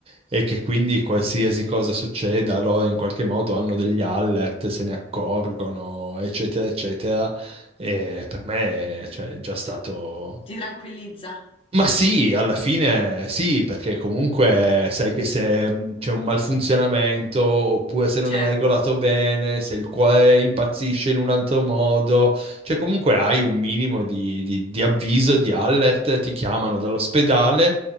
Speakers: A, on the right; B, on the left.
A: e che quindi qualsiasi cosa succeda, loro in qualche modo hanno degli alert, se ne accorgono, eccetera, eccetera, e per me, cioè, è già stato
B: ti tranquillizza,
A: ma sì, alla fine sì, perché comunque sai che se mh, c'è un malfunzionamento oppure se non
B: certo.
A: è regolato bene, se il cuore impazzisce in un altro modo, cioè comunque hai un minimo di, di- di avviso, di alert, ti chiamano dall'ospedale